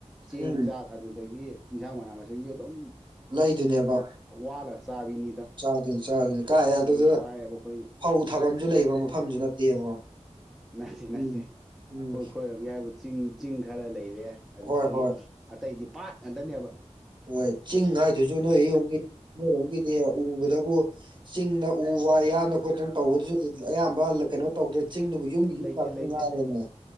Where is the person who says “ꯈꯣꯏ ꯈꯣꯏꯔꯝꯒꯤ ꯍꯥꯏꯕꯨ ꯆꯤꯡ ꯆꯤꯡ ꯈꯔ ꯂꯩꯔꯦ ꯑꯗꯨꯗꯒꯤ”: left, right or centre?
Centre